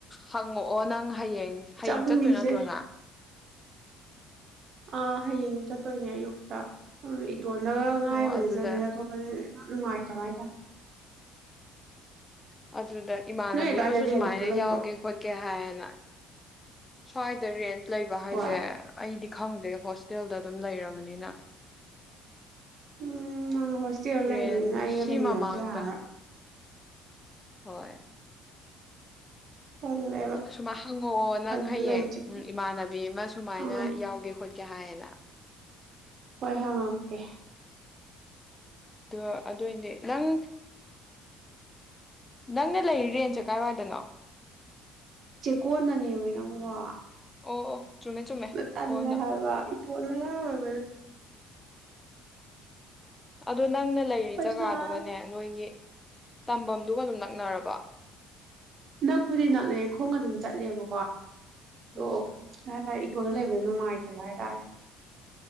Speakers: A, on the left; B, on the right.
A: ꯍꯪꯉꯛꯑꯣ ꯅꯪ ꯍꯥꯏꯌꯦ ꯍꯌꯦꯡ
B: ꯆꯪꯉꯤꯁꯦ
A: ꯆꯠꯇꯣꯏ ꯅꯠꯇ꯭ꯔꯣꯅ
B: ꯑ ꯍꯌꯦꯡ ꯆꯠꯇꯣꯏꯅꯦ ꯑꯌꯨꯛꯇ ꯇꯣꯟꯅꯕ ꯉꯥꯏꯗꯅꯦꯅ
A: ꯑꯣ ꯑꯗꯨꯗ
B: ꯊꯣꯛꯀꯅꯤꯅꯦ ꯌꯥꯝ ꯅꯨꯡꯉꯥꯏꯇꯕ
A: ꯎꯝ
B: ꯍꯥꯏꯇꯥꯔꯦ
A: ꯑ ꯑꯗꯨꯗ ꯏꯃꯥꯟꯅꯕꯤ
B: ꯅꯣꯏ ꯑꯗꯨꯋꯥꯏꯗ
A: ꯑꯃꯁꯨ
B: ꯔꯦꯟꯒ
A: ꯁꯨꯃꯥꯏꯅ
B: ꯂꯩꯇ꯭ꯔꯣ
A: ꯌꯥꯎꯒꯦ ꯈꯣꯠꯀꯦ ꯍꯥꯏꯑꯅ ꯁꯋꯥꯗꯔꯤꯟ ꯂꯩꯕ ꯍꯥꯏꯁꯦ
B: ꯍꯣꯏ
A: ꯑꯩꯗꯤ ꯈꯪꯗꯦ ꯍꯣꯁꯇꯦꯜꯗ ꯑꯗꯨꯝ ꯂꯩꯔꯕꯅꯤꯅ
B: ꯎꯝ ꯅꯪ ꯍꯣꯁꯇꯦꯜ
A: ꯔꯦꯟ
B: ꯂꯩꯕꯅꯤꯅ ꯑꯩꯒ
A: ꯁꯤ
B: ꯂꯩꯃꯤꯟꯅꯕꯁꯨ
A: ꯃꯃꯥꯡꯗ
B: ꯌꯥꯔꯣꯏ
A: ꯍꯣꯏ
B: ꯇꯜꯂꯦꯕ
A: ꯁꯨꯝꯃꯥꯏ ꯍꯪꯉꯛꯑꯣ ꯅꯪ
B: ꯑꯗꯨꯗ
A: ꯍꯌꯦꯡ
B: ꯂꯩꯔꯤꯁꯦ
A: ꯎ ꯏꯃꯥꯟꯅꯕꯤ ꯑꯃ ꯁꯨꯃꯥꯏꯅ
B: ꯑꯥ
A: ꯌꯥꯎꯒꯦ ꯈꯣꯠ ꯀ ꯍꯥꯏꯅ
B: ꯍꯣꯏ ꯍꯥꯡꯀꯦ
A: ꯑ ꯑꯗꯨꯗꯤ ꯅꯪ ꯅꯪꯅ ꯂꯩꯔꯤ ꯔꯦꯟꯁꯦ ꯀꯥꯏꯋꯥꯏꯗꯅꯣ
B: ꯆꯦꯛꯀꯣꯟꯅꯅꯦꯃꯤ ꯅꯪꯕ
A: ꯑꯣ ꯑꯣ ꯆꯨꯝꯃꯦ ꯆꯨꯝꯃꯦ
B: ꯇꯥꯟꯂ
A: ꯍꯣꯏ ꯅ
B: ꯍꯥꯏꯔꯔꯕ ꯏ ꯄꯂꯒ ꯑꯣꯏ
A: ꯑꯗꯨꯗ ꯅꯪꯅ ꯂꯩꯔꯤ
B: ꯄꯩꯁꯥ
A: ꯖꯒꯥꯗꯨꯒꯅꯦ ꯅꯣꯏꯒꯤ ꯇꯐꯝꯗꯨꯒ ꯑꯗꯨꯝ ꯅꯛꯅꯔꯕ
B: ꯅꯛꯄꯨꯗꯤ ꯅꯛꯅꯦ ꯈꯣꯡꯒ ꯑꯗꯨꯝ ꯆꯠꯂꯦꯕꯀꯣ
A: ꯎꯝ
B: ꯣ ꯀ ꯇꯥꯔ ꯍꯣꯇꯣꯜ ꯂꯩꯕ ꯅꯨꯡꯉꯥꯏꯇꯕ ꯍꯥꯏꯇꯥꯔꯦ